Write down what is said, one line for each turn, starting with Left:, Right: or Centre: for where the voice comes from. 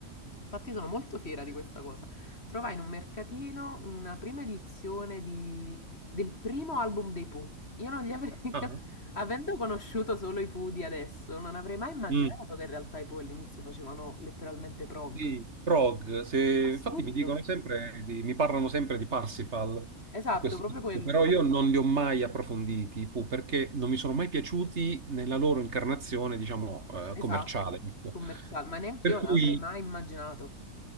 Left: infatti sono molto fiera di questa cosa, trovai in un mercatino una prima edizione di- del primo album dei Pooh. Io non li avrei,
Right: Ah,
Left: <laughs> Avendo conosciuto solo i Pooh di adesso, non avrei mai immaginato
Right: Mm,
Left: che in realtà i Pooh all'inizio facevano letteralmente prog.
Right: sì, prog, se-
Left: Assurdo.
Right: infatti mi dicono sempre di- mi parlano sempre di Parsifal,
Left: Esatto,
Right: di questo
Left: proprio
Right: disco,
Left: quello.
Right: però io non li ho mai approfonditi, pu, perché non mi sono mai piaciuti nella loro incarnazione, diciamo, eh,
Left: Esatto.
Right: commerciale. ecco.
Left: Commerciale, ma neanche
Right: Per
Left: io l'avrei
Right: cui
Left: mai immaginato.